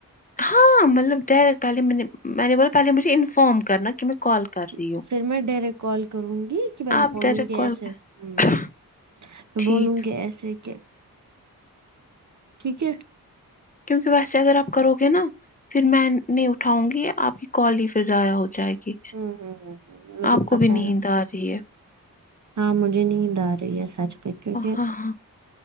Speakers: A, on the left; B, on the right.
A: ہاں مطلب ڈائریکٹ پہلے میں نے میں نے بولا پہلے مجھے انفارم کرنا کہ میں کال کر
B: جی
A: رہی ہوں
B: پھر میں ڈائریکٹ کال کروں گی کہ میں
A: آپ
B: بولوں
A: ڈائریکٹ
B: گی
A: کال
B: ایسے ہوں
A: کر
B: میں
A: ٹھیک
B: بولوں گی ایسے کہ ٹھیک ہے
A: کیونکہ ویسے اگر آپ کرو گے نا پھر میں نہیں اٹھاوں گی آپ کی کال ہی پھر ضائع ہو جائے گی
B: ہ ہ مجھے
A: آپ
B: پتا
A: کو بھی نیند
B: ہے
A: آ رہی ہے
B: ہاں مجھے نیند آ رہی ہے سچ پہ کیونکہ
A: ہاں ہاں